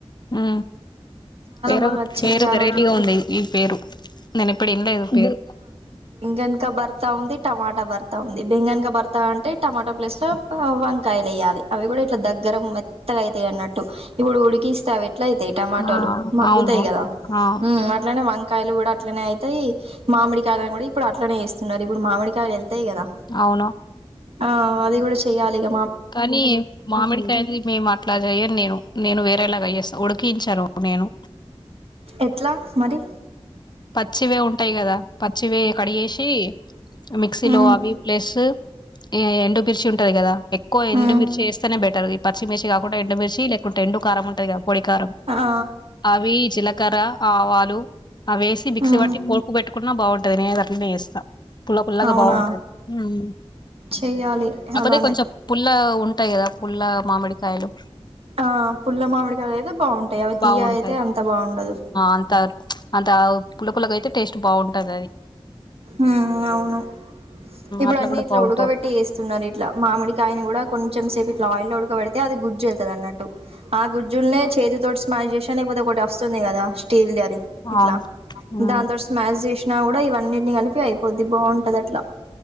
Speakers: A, on the left (about 45°); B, on the right (about 65°).
A: ఉ వేర
B: బాగా వచ్చింది
A: వేరు
B: ఆ
A: వెరైటీగా
B: రోజు
A: ఉంది ఈ పేరు నేను ఇప్పుడు ఏంలేదు పేరు
B: బనకా భర్తా ఉంది టమాటా భర్తా ఉంది బెంగనకా భర్త అంటే టమాటా ప్లేస్ లో వంకాయలు వయాలి అవి కూడా ఇట్లా దగ్గర మెత్తగా అయితాయిన్నట్టు ఇప్పుడు ఉడికిస్తావి ఎట్లా అయితే టమాటోలు
A: ఆ
B: మగ్గుతాయి
A: అవును
B: కదా
A: ఆ
B: ఊ అట్లానే వంకాయ వంకాయలు కూడా అట్నే అయితయి మామిడికాయలు కూడా ఇప్పుడు అట్నే వస్తున్నారు ఇప్పుడు మామిడికాయలు వెళ్తాయి కదా
A: అవును
B: ఆ అది కూడా చెయ్యాలి ఇగ
A: కానీ మామిడికాయ మేము అట్లా చేయను నేను నేను వేరేలాగా చేస్తా ఉడు కించరు నేను
B: ఎట్లా మరి
A: చ్చివే ఉంటాయి కదా పచ్చివే కడిగేసి మిక్సీలో
B: ఉమ్
A: అవి ప్లస్ ఏ ఎండు బిర్చి ఉంటది కదా ఎక్కువ ఎండుమిర్చిస్తేనే
B: ఉమ్
A: బెటర్ ఈ పచ్చిమిర్చ కాకుండా ఎండుమిర్చి లేకుంట ఎండు కరంటేగా ఓడిికారం
B: ఆ
A: అవి జీలకర ఆవాాలు ఆవేసి మిక్సి
B: ఉమ్
A: బట్టి బిసి మోకు పెట్కుంట బాగుంటుంది నేను అట్లానే చేస్తా పుల పుల్లగా
B: అవునా
A: బాగుంటాంది ఉమ్
B: చెయ్యాలి
A: కాకపోతే
B: అలానే
A: కొంచెం ఆ ఉంటాయి కదా పుల్ల మామిడికాయలు
B: ఆ పుల్ల మామిడికాయలు అయితే బాగుంటాయి అవి తీయ
A: బాగుంటాయి
B: అయితే అంత బాగుండదు
A: అంత అంత పుల్ల పుల్లగా టేస్ట్ బాగుంటంది అది
B: ఉమ్ అవును ఇప్పుడు
A: అట్లా
B: అన్ని
A: కూడా
B: ఇట్లా
A: బాగుంటది
B: ఉడకబెట్టి చేస్తున్నరు ఇట్లా మామిడికాయని కూడా కొం చం సేపు ఇట్లా ఆయిల్లో ఉడకబడితే అది గుడ్జ వెళ్తుంది అన్నటు ఆ గుజ్జుల్నే చేతి తోటీ స్మాష్ లేకపోతే ఒకటి వస్తుంది కదా స్టీల్ దాది ఇట్లా
A: అవును హ్మ్
B: దాంతోనీ స్మాష్ చేసి కూడా ఇవన్నీటిని కలిపి అయిపోద్ది బాగుంటది అట్లా